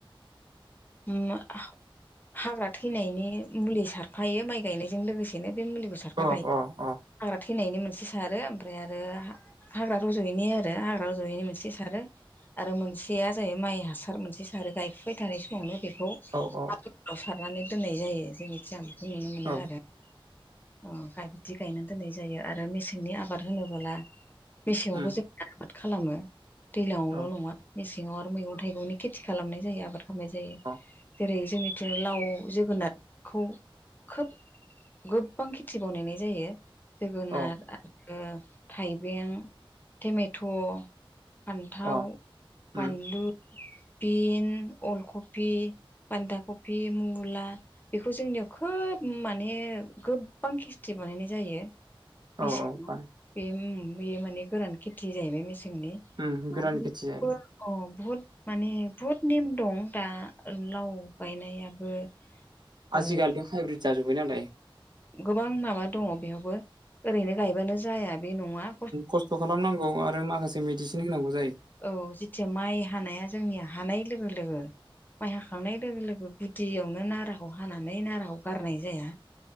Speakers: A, on the left; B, on the right.
A: ओम मा हाग्रा थैनायनि मुलि सारफायो माइ गायनायजों लोगोसेनो बे मुलिखौ सारफा
B: अ
A: खायो
B: अ अ
A: हाग्रा थैनायनि मोनसे सारो ओमफ्राय आरो हाग्रा रज'यैनि आरो हाग्रा रज'यैनि मोनसे सारो। आरो मोनसेया जाहैबाय माइ हासार मोनसे सारो गायफुबाय थानाय समावनो बेखौ
B: औ औ।
A: आवव सारनानै दोननाय जायो जोंनिथि आं बेखौ नुनो मोनो
B: औ
A: आरो। अ गा बिदि गायनानै दोननाय जायो आरो मेसेंनि आबाद होनोबोला मेसेङावबो
B: उम
A: जों आबाद खालामो दैलाङावल'
B: अ
A: नङा मेसेङाव आरो मैगं थाइगंनि खेथि खालामनाय जायो आबाद खालामनाय जायो
B: अ
A: जेरै जोंनि जो लाव जोगोनारखौ खोब गो गोबां खेथि बनायनाय जायो जोगोनार
B: औ
A: आ ओ थाइबें टेमेट' फान्थाव
B: अ उम
A: बानलु बिन अलखपि बान्दा कफि मुला बेखौ जोंनियाव खोब माने गोब गोबां खेसथि बानायनाय जायो बिसि
B: औ औ बानाय
A: बे म बेयो माने गोरान खेथि जाहैबाय मेसेंनि
B: उम
A: <unintelligible>
B: गोरान खेथि जाहैबाय
A: अ बहुत माने बहुद नेम दं दा लाव गायनायाबो
B: आजिखालिथ'
A: ओ
B: हाइब्रिद जाजोब्बाय नालाय।
A: गोबां माबा दङ बेयावबो ओरैनो गायबानो जाया बे नङा
B: खस्थ' खालामनांगौ आरो माखासे मेडिसिन होनांगौ जायो।
A: औ जेथिया माइ हानाया जोंनिया हानाय लोगो लोगो माय हाखांनाय लोगो लोगो गुदियावनो नाराखौ हानानै नाराखौ गारनाय जाया